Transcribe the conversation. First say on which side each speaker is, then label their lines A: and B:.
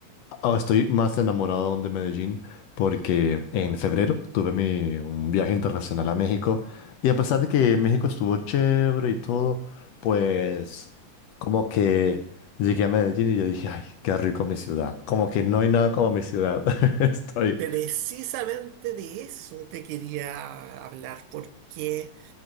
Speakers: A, on the left; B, on the right.
A: ah, estoy más enamorado aún de Medellín porque en febrero tuve mi, un viaje internacional a México y a pesar de que México estuvo chévere y todo, pues como que llegué a Medellín y yo dije, ay, qué rico mi ciudad. Como que no hay nada como mi ciudad. <laughs> Estoy...
B: Precisamente de eso te quería hablar, porque